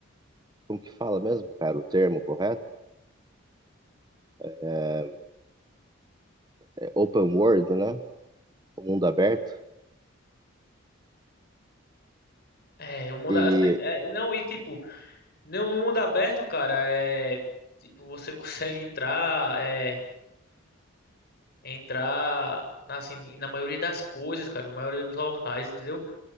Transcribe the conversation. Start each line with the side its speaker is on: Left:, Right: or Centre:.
Right: Como que fala mesmo, cara, o termo correto? É é open world, né? O mundo aberto.
Left: É, eu mudar.
Right: E,
Left: é, não, e tipo, Não, no mundo aberto, cara, é tipo, você <laughs> consegue entrar, é entrar na, assim, na maioria das coisas, cara, na maioria dos locais, entendeu?